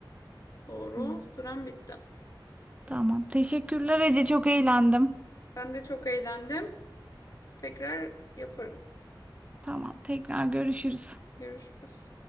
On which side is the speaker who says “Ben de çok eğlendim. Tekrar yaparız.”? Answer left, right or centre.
Left